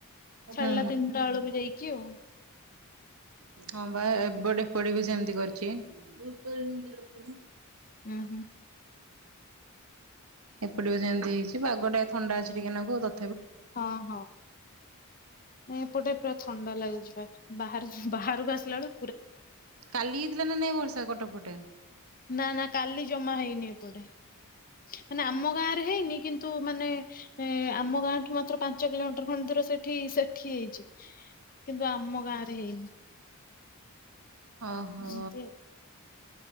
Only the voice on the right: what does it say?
ହୁଁ
ହଁ ବା ଏବଟେ ଏପଟେ ବି ସେମିତି କର୍‌ଚ଼ି। <inaudible>
ଏପଟେ ବି ସେମିତି ହେଇଚି ପାଗ ଟା ଥଣ୍ଡା ଅଛି ଟିକେ ନାଗୁ ଆଉ ତ
କାଲି ହେଇଥିଲା ନା ନାଇଁ ବର୍ଷା କଟକ ପଟେ?
ଅହୋ।